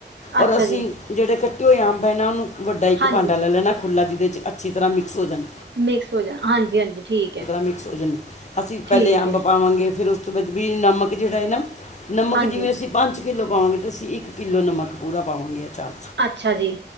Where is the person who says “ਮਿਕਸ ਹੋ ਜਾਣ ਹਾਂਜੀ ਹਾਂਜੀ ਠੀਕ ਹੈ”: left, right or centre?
Right